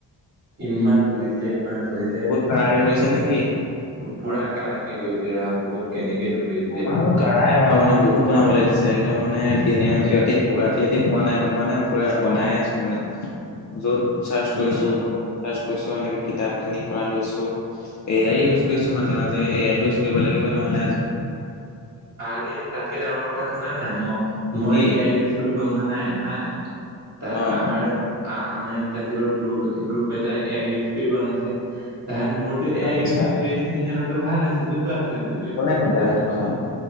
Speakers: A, on the right; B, on the left.
A: ইমান খুজিছে, ইমান খুজিছে।
B: <unintelligible> কৰিছা নেকি?
A: পুৰা কাঢ়াকেই কৰিছে ৰাম, বহুত কেনেকে ধৰি
B: আমাৰো কাঢ়াই বাৰু, মানে বহুত বনাবলৈ দিছে, একদম মানে দিনে ৰাতি ৰাতি-ৰাতি ৰাতি শোৱা নাই গম পোৱানে? পুৰা বনাই আছো মানে। য'ত চাৰচ
A: উম
B: কৰিছো, ত'ত চাৰচ কৰিছো, এনেকে কিতাপ খিনিৰ পৰা লৈছো। এ আইও ইউজ কৰিছো মাজে মাজে, এ আই টো ইউজ কৰিব লাগিবই, নহ'লে আজি
A: আৰে, তাতকে ডাঙৰ কথা শুনা না, ম-মই
B: কি
A: এ আই কৰি বনোৱা নাই হা, তাত
B: অ
A: আমাৰ
B: কোৱা
A: আ-আমাৰ ইণ্টাৰ্ণশ্বিপৰ গ্ৰুপ-গ্ৰুপ এটাই এ আই ইউজ কৰি বনাইছে। তাৰ পিছত মোৰতো এ
B: আচ্ছা
A: আই ইউজ বুলি কৈ দিছে, সিহঁতৰটো ভাল হৈছে শুদ্ধ হৈছে বুলি কৈ
B: কোনে
A: দিছে।
B: সেইটো কথা,